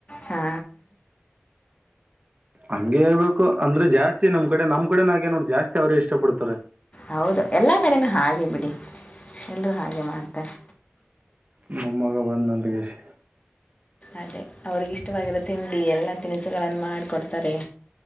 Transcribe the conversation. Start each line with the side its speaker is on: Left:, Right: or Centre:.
Left: ಹಾ
Right: ಅಂಗೆ ಹೇಳ್ಬೇಕು ಅಂದ್ರೆ ಜಾಸ್ತಿ ನಮ್ ಕಡೆ ನಮ್ ಕಡೆನಾಗೇ ನೋಡ ಜಾಸ್ತಿ ಅವ್ರೇ ಇಷ್ಟ ಪಡ್ತಾರೆ
Left: ಹೌದು ಎಲ್ಲಾ ಕಡೆನೂ ಹಾಗೆ ಬಿಡಿ ಎಲ್ರರು ಹಾಗೆ ಮಾಡ್ತಾರೆ
Right: ಮಮ್ಮಗೆ ಬಂದುಂತಕಿಸಿ
Left: ಅದೇ ಅವ್ರಿಗೆ ಇಷ್ಟವಾಗಿರೋ ತಿಂಡಿ ಎಲ್ಲ ತಿನಿಸುಗಳನ್ನು ಮಾಡಿಕೊಡ್ತಾರೆ